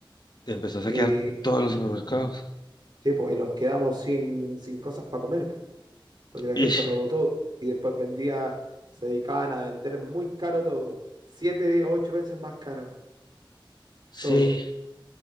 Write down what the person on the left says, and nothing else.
empezó a saquear
todos los supermercados.
Ish,
sí,